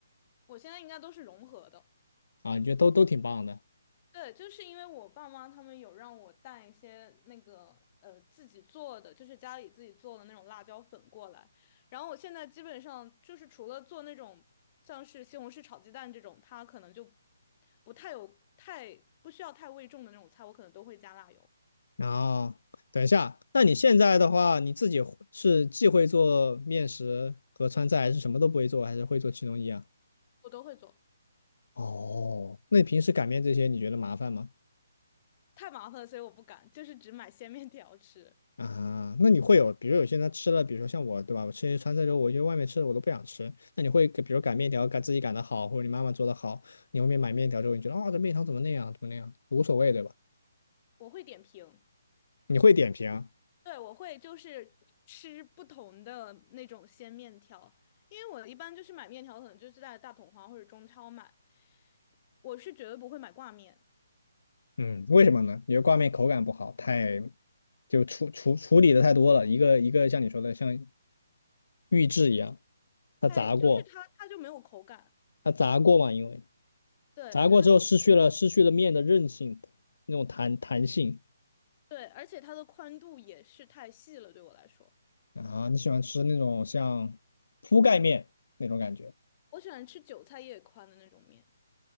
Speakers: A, on the left (about 20°); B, on the left (about 65°).
A: 我现在应该都是融合的。
B: 啊？你觉得都都挺棒的
A: 对，就是因为我爸妈他们有让我带一些那个呃自己做的，就是家里自己做的那种辣椒粉过来。然后我现在基本上就是除了做那种像是西红柿炒鸡蛋这种，它可能就不太有太不需要太味重的那种菜，我可能都会加辣油，
B: 然后，等一下，那你现在的话，你自己会是既会做面食和川菜，还是什么都不会做，还是会做其中一样？
A: 我都会做。
B: 哦，那你平时擀面这些，你觉得麻烦吗？
A: 太麻烦了，所以我不敢，就是只买 <laughs> 鲜面条吃。
B: 啊，那你会有，比如有些人他吃了，比如说像我，对吧？我吃一些川菜之后，我觉得外面吃的我都不想吃。那你会给比如擀面条，擀自己擀的好，或者你妈妈做的好，你后面买面条之后，你觉得啊、这面条怎么那样，怎么那样，无所谓，对吧？
A: 我会点评。
B: 你会点评，
A: 对，我会就是吃不同的那种鲜面条，因为我一般就是买面条，可能就是在大统华或者中超买，我是绝对不会买挂面，
B: 嗯，为什么呢？因为挂面口感不好，太就处处处理的太多了，一个一个像你说的像预制一样，它炸过，
A: 太就是它它就没有口感，
B: 它炸过嘛，因为
A: 对，
B: 炸过之后失去了失去了面的韧性，
A: 它就是
B: 那种弹弹性
A: 对，而且它的宽度也是太细了，对我来说，
B: 啊。你喜欢吃那种像铺盖面那种感觉？
A: 我喜欢吃韭菜叶宽的那种面，